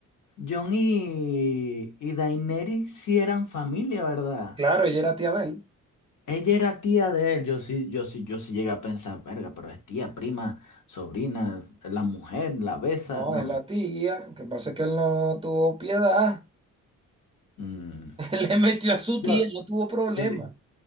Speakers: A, on the left; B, on the right.
A: John y, y Daenerys sí eran familia, ¿verdad?
B: Claro, ella era tía de él.
A: Ella era tía de él. Yo sí, yo sí, yo sí llegué a pensar, verga, pero es tía, prima, sobrina, la mujer, la besa.
B: No,
A: No.
B: es la tía. Que pasa es que él no tuvo piedad.
A: mm,
B: <laughs> Él le metió a su
A: Yo,
B: tía, no tuvo problema.
A: sí.